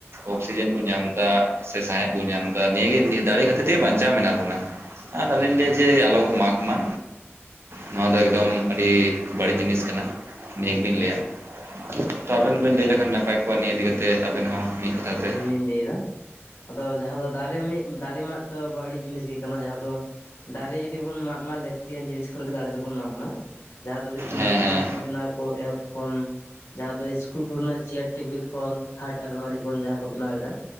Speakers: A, on the right (about 60°); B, on the left (about 65°).
A: ᱚᱠᱥᱤᱡᱮᱱ ᱵᱚᱱ ᱧᱟᱢ ᱮᱫᱟ ᱥᱮ ᱥᱟᱸᱟᱦᱮᱫᱽ ᱵᱚᱱ ᱧᱟᱢ ᱮᱫᱟ, ᱱᱤᱭᱟᱹᱜᱮ ᱤᱭᱟᱹ ᱫᱟᱲᱮ ᱠᱷᱟᱹᱛᱤᱨ ᱛᱮᱜᱮ ᱵᱟᱧᱪᱟᱣ ᱢᱮᱱᱟᱜ ᱵᱚᱱᱟ᱾ ᱟᱨ ᱟᱞᱤᱧ ᱞᱟᱹᱭᱟ ᱡᱮ ᱟᱞᱚ ᱠᱚ ᱢᱟᱜᱽ ᱢᱟ᱾ ᱱᱚᱣᱟ ᱫᱚ ᱮᱠᱫᱚᱢ ᱟᱹᱰᱤ ᱵᱟᱹᱲᱤᱡ ᱡᱤᱱᱤᱥ ᱠᱟᱱᱟ, ᱱᱤᱭᱟᱹ ᱜᱮᱞᱤᱧ ᱞᱟᱹᱭᱟ᱾ ᱛᱚ ᱟᱵᱮᱱ ᱵᱮᱱ ᱞᱟᱹᱭ ᱞᱮᱠᱷᱟᱱ ᱱᱟᱯᱟᱭ ᱠᱚᱜᱼᱟ ᱱᱤᱭᱟᱹ ᱤᱫᱤ ᱠᱟᱛᱮ ᱟᱵᱮᱱ ᱦᱚᱸ ᱢᱤᱫ ᱠᱟᱛᱷᱟ ᱛᱮ᱾
B: ᱤᱧ ᱞᱟᱹᱭ ᱮᱫᱟ᱾ ᱟᱫᱚ ᱡᱟᱦᱟᱸ ᱫᱚ ᱫᱟᱨᱮ ᱢᱤᱜ, ᱫᱟᱨᱮ ᱢᱟᱜ ᱛᱚ ᱵᱟᱹᱲᱤᱡ ᱡᱤᱱᱤᱥ ᱜᱮ ᱠᱟᱱᱟ ᱡᱟᱦᱟᱸ ᱫᱚ ᱫᱟᱨᱮ ᱡᱩᱫᱤ ᱵᱚᱱ ᱢᱟᱜ ᱢᱟ ᱞᱟᱹᱠᱛᱤᱭᱟᱱ ᱡᱤᱱᱤᱥ ᱠᱚᱨᱮ ᱜᱮ ᱫᱟᱲᱮ ᱫᱚᱵᱚᱱ ᱢᱟᱜ ᱢᱟ᱾ ᱡᱟᱦᱟᱸ ᱫᱚ ᱦᱩᱭᱩᱜ ᱠᱟᱱᱟ
A: ᱦᱮᱸ
B: ᱚᱲᱟᱜ
A: ᱦᱮᱸ
B: ᱠᱚ ᱵᱮᱱᱟᱣ ᱠᱚ ᱮᱦᱚᱵ ᱠᱷᱚᱱ, ᱡᱟᱦᱟᱸ ᱫᱚ ᱤᱥᱠᱩᱞ ᱠᱚᱨᱮᱱᱟᱜ ᱪᱮᱭᱟᱨ ᱴᱮᱵᱤᱞ ᱠᱷᱚᱱ, ᱠᱷᱟᱴ ᱟᱞᱢᱟᱨᱤ ᱠᱷᱚᱱ ᱡᱟᱦᱟᱸ ᱠᱚ ᱵᱮᱱᱟᱣ ᱮᱫᱟ